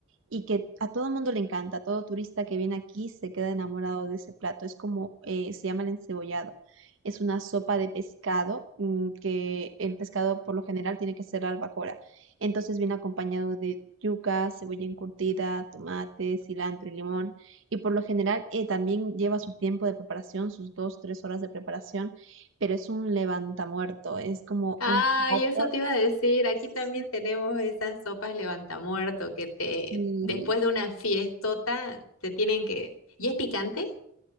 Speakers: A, on the right; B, on the left.
A: y que a todo mundo le encanta, todo turista que viene aquí se queda enamorado de ese plato. Es como, eh, se llama el encebollado. Es una sopa de pescado, mm, que el pescado por lo general tiene que ser albacora. Entonces viene acompañado de yuca, cebolla encurtida, tomate, cilantro y limón. Y por lo general eh, también lleva su tiempo de preparación, sus dos, tres horas de preparación, pero es un levantamuerto, es como
B: Ay,
A: un plato.
B: eso te iba a decir. Aquí
A: Sí,
B: también tenemos esas sopas levantamuerto que te,
A: sí.
B: después de una fiestota, te tienen que. ¿Y es picante?